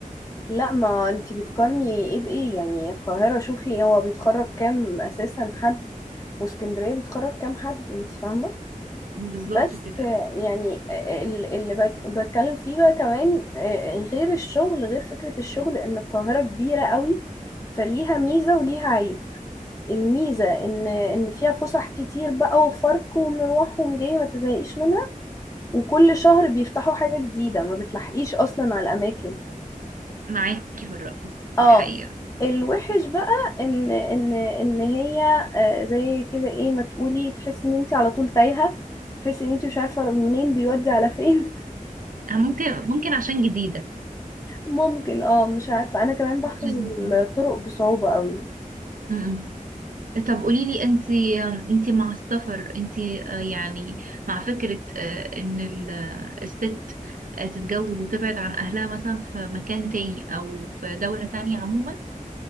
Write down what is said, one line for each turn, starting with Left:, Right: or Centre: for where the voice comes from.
Left: لا ما انتي بتقارني ايه بايه يعني القاهره شوفي هو بيتخرج كام اساسا حد واسكندريه بيتخرج كام حد انتي فاهمه
Right: بالظبط
Left: بس
Right: كده
Left: يعني ال- اللي بك- بتكلم فيه بقى كمان آه، غير الشغل غير فكرة الشغل ان القاهرة كبيرة قوي فليها ميزة وليها عيب الميزة ان ان فيها فسح كتير بقى وفرق ومروح ومجاي ما تزهقيش منها وكل شهر بيفتحوا حاجة جديدة ما بتلحقيش اصلا على الاماكن
Right: معاكي في الرأي دي
Left: اه
Right: حقيقة
Left: الوحش بقى ان ان ان هي آه، زي كده ايه ما تقولي تحسي ان انت على طول تايهة تحسي ان انت مش عارفة منين بيودي على فين
Right: ممكن ممكن عشان جديدة
Left: ممكن اه مش عارفة انا كمان بحفظ
Right: عشان جديدة
Left: الطرق بصعوبة قوي
Right: م- م. طب قوليلي انت انت مع السفر انت يعني مع فكرة آه، ان ال- آه، الست آه، تتجوز وتبعد عن اهلها مثلا في مكان تاني او في دولة تانية عموما